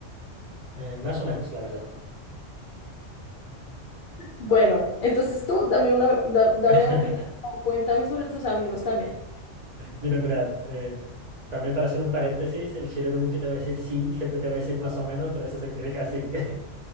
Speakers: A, on the right; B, on the left.
A: Eh, más o menos, la verdad.
B: Bueno, entonces tú dame una, da- dame
A: <laughs>
B: opinión, o cuéntame sobre tus amigos también.
A: Mira, mira, eh, también para hacer un paréntesis, el chileno nunca te va a decir sí, siempre te va a decir más o menos, pero eso significa sí.